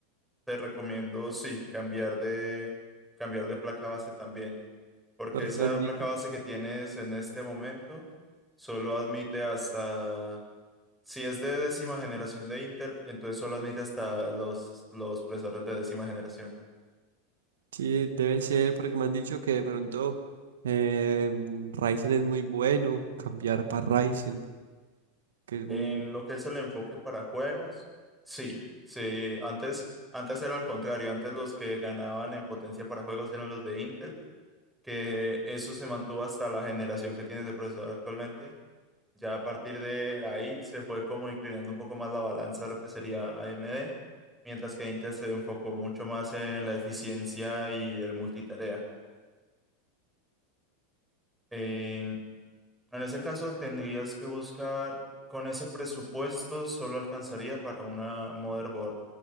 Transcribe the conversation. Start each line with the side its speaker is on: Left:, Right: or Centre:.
Centre: te recomiendo sí, cambiar de cambiar de placa base también, porque
Right: Porque
Centre: esa
Right: me han dicho,
Centre: placa base que tienes en este momento solo admite hasta si es de décima generación de Intel, entonces solo admite hasta los los procesadores de décima generación.
Right: sí, debe ser, porque me han dicho que de pronto eh, Ryzen es muy bueno, cambiar para Ryzen, que es
Centre: En
Right: un-
Centre: lo que es el enfoque para juegos, sí, sí, antes, antes era al contrario, antes los que ganaban en potencia para juegos eran los de Intel, que eso se mantuvo hasta la generación que tienes de procesador actualmente. Ya a partir de ahí se fue como inclinando un poco más la balanza a lo que sería AMD, mientras que Intel se enfocó mucho más en la eficiencia y el multitarea. En, en ese caso tendrías que buscar, con ese presupuesto solo alcanzaría para una motherboard